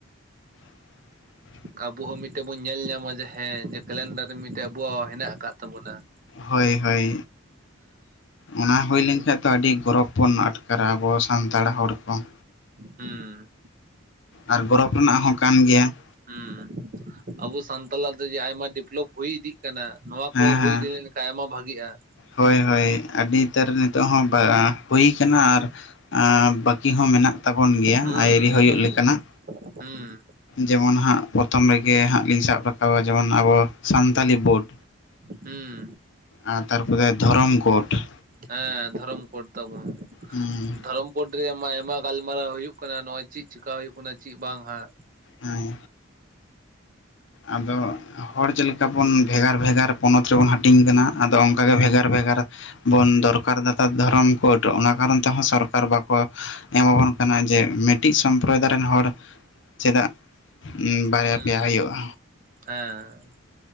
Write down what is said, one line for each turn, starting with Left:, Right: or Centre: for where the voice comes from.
Left: <inaudible>
Right: ᱟᱵᱚ ᱦᱚᱸ ᱢᱤᱫᱴᱮᱱ ᱵᱚᱱ ᱧᱮᱞ ᱧᱟᱢᱟ ᱡᱮ ᱦᱮᱸ ᱠᱮᱞᱮᱱᱰᱟᱨ ᱨᱮ ᱢᱤᱫᱴᱮᱡ ᱟᱵᱚᱣᱟᱜ ᱦᱮᱱᱟᱜ ᱟᱠᱟᱫ ᱛᱟᱵᱚᱱᱟ ᱾
Left: ᱦᱳᱭ ᱦᱳᱭ ᱚᱱᱟ ᱦᱩᱭ ᱞᱮᱱᱠᱷᱟᱱᱡ ᱫᱚ ᱟᱹᱰᱤ ᱜᱚᱨᱚᱵ ᱟᱴᱠᱚ ᱟᱨ ᱟᱵᱚ ᱥᱟᱱᱛᱟᱲ ᱦᱚᱲ ᱠᱚ ᱾
Right: ᱦᱮᱸ
Left: ᱟᱨ ᱜᱚᱨᱚᱵ ᱨᱮᱱᱟᱜ ᱦᱚᱸ ᱠᱟᱱ ᱜᱮᱭᱟ ᱾
Right: ᱦᱮᱸ ᱟᱵᱚ ᱥᱟᱱᱛᱟᱞ ᱫᱚ ᱟᱭᱢᱟ ᱰᱮᱵᱷᱞᱚᱯ ᱦᱩᱭ ᱤᱫᱤᱜ ᱠᱟᱱᱟ ᱾ ᱱᱚᱣᱟ
Left: ᱦᱮᱸ
Right: ᱠᱚ ᱦᱩᱭ
Left: ᱦᱮᱸ
Right: ᱤᱫᱤ ᱞᱮᱱᱠᱷᱟᱱ ᱟᱭᱢᱟ ᱵᱷᱟᱜᱤᱜᱼᱟ ᱾
Left: ᱦᱳᱭ ᱦᱳᱭ ᱟᱹᱰᱤ ᱩᱛᱟᱹᱨ ᱱᱤᱛᱚᱜ ᱦᱚᱸ ᱦᱩᱭ ᱠᱟᱱᱟ ᱟᱨ ᱵᱟ ᱠᱤ ᱦᱚᱸ ᱢᱮᱱᱟᱜ ᱛᱟᱵᱚᱱ ᱜᱮᱭᱟ
Right: ᱦᱩᱸ
Left: ᱟᱭᱨᱤ
Right: ᱦᱩᱸ
Left: ᱦᱩᱭᱩᱜ ᱞᱮᱠᱟᱱᱟᱜ
Right: ᱦᱩᱸ
Left: ᱡᱮᱢᱚᱱ ᱦᱟᱸᱜ ᱯᱨᱚᱛᱷᱚᱢ ᱨᱮᱜᱮ ᱦᱟᱸᱜ ᱞᱤᱧ ᱥᱟᱵ ᱨᱟᱠᱟᱵᱟ ᱡᱮᱢᱚᱱ ᱟᱵᱚ ᱥᱟᱱᱛᱟᱞᱤ ᱵᱳᱰ
Right: ᱦᱩᱸ
Left: ᱟᱨ ᱛᱟᱨᱯᱚᱨᱮ ᱫᱷᱚᱨᱚᱢ ᱠᱳᱰ ᱾
Right: ᱦᱮᱸ ᱫᱷᱚᱨᱚᱢ ᱠᱳᱰ ᱛᱟᱵᱚᱱ
Left: ᱦᱮᱸ
Right: ᱫᱷᱚᱨᱚᱢ ᱠᱳᱰ ᱨᱮᱭᱟ ᱢᱟ ᱟᱭᱢᱟ ᱜᱟᱞᱢᱟᱨᱟᱣ ᱦᱩᱭᱩᱜ ᱠᱟᱱᱟ ᱱᱚᱜᱼᱚᱭ ᱪᱮᱫ ᱪᱮᱠᱟ ᱦᱩᱭᱩᱜ ᱠᱟᱱᱟ ᱪᱮᱫ ᱵᱟᱝ ᱦᱟᱜ
Left: ᱦᱮᱸ ᱟᱫᱚ ᱦᱚᱲ ᱪᱮᱫ ᱞᱮᱠᱟ ᱵᱚᱱ ᱵᱷᱮᱜᱟᱨ ᱵᱷᱮᱜᱟᱨ ᱯᱚᱱᱚᱛ ᱨᱮᱵᱚᱱ ᱦᱟᱹᱴᱤᱧ ᱠᱟᱱᱟ ᱟᱫᱚ ᱚᱱᱠᱟᱜᱮ ᱵᱷᱮᱜᱟᱨ ᱵᱷᱮᱜᱟᱨ ᱵᱚᱱ ᱫᱚᱨᱠᱟᱨ ᱫᱟ ᱫᱷᱚᱨᱚᱢ ᱠᱳᱰ ᱚᱱᱟ ᱠᱟᱨᱚᱱ ᱛᱮᱦᱚᱸ ᱥᱚᱨᱠᱟᱨ ᱵᱟᱠᱚ ᱮᱢᱟᱵᱚᱱ ᱠᱟᱱᱟ ᱡᱮ ᱢᱮᱫ ᱠᱟᱹᱴᱤᱡ ᱥᱚᱢᱯᱨᱚᱫᱟᱭ ᱨᱮᱱ ᱦᱚᱲ ᱪᱮᱫᱟᱜ ᱵᱟᱨᱭᱟ
Right: ᱦᱩᱸ
Left: ᱯᱮᱭᱟ ᱦᱤᱭᱳᱜᱼᱟ᱾
Right: ᱦᱮᱸ